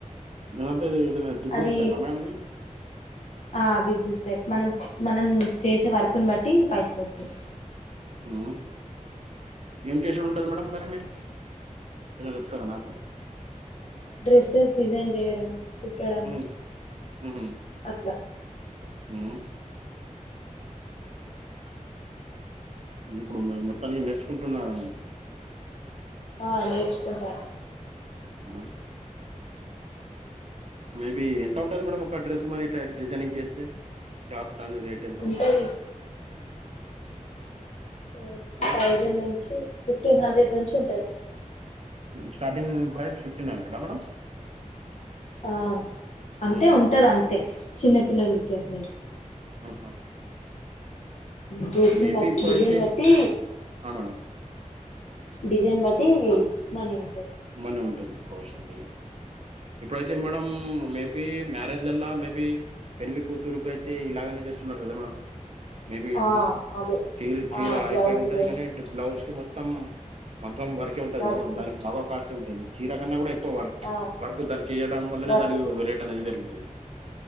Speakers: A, on the right; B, on the left.
A: నేంత ఇ బిజినెస్
B: అది
A: టైప మది.
B: ఆ బిజినెస్ టైప్ మనం మనం చేసే వర్క్ను బట్టి పైసలు వస్తుంది.
A: ఉ ఏం చేసిడు ఉంటుంది మేడం మరి మీరు చిన్నగా చెప్తారా నాకు.
B: డ్రెస్సెస్ డిజైన్ చేయడం. కుట్టడం
A: ఉ హుహు
B: అట్లా
A: ఉ ఇప్పుడు మీ మొత్తానికి నేర్చుకుంటున్నారు.
B: ఆ నేర్చుకుంటాను.
A: ఆ అ మేబీ ఎంత ఉంటుంది మేడం ఒక డ్రెస్ మరి ఇట్లా డిజైనింగ్ చేస్తే టాప్ తన్ రేట్
B: ఉంటది ఉ
A: ఆ!
B: థౌసండ్ నుంచి, ఫిఫ్టీన్ హండ్రెడ్ నుంచి ఉంటుంది.
A: Starting price fifteen hundred madam,
B: ఆ అంటే
A: హుహు.
B: ఉంటది అంతే చిన్న పిల్లలకి అట్లయితే,
A: ఊహ
B: డ్రెస్న్
A: మేబీ
B: బట్టి
A: ఇప్పుడైతే
B: డిజైన్ బట్టి,
A: ఆ మేడం,
B: డిజైన్ బట్టి మనీ ఉంటుంది.
A: మనీ ఉంటుంది కాస్ట్ ఉంటుంది. ఇప్పుడైతే మేడం మేబి మ్యారేజ్లల్లా మేబి, పెళ్లి కూతురుకు అయితే ఇలాగనే చేస్తున్నారు కదా మేడం. మేబి ఎట్ట్ను
B: ఆ అదే
A: చీర చీరల
B: ఆ బ్లౌజులు
A: అయిపోయి ఉంటది కానీ బ్లౌజ్ కి మొత్తం. మగ్గం వరకే ఉంటుంది
B: వర్క్
A: కదా మన దానికి బాగా కాస్ట్ ఉంటది చీర కన్నా కూడా, ఎక్కువ వర్క్
B: ఆ
A: వర్క్ దాని చేయడం వల్లనే
B: వర్క్కి
A: దానికి రేట్ అనేది పెరుగుతది.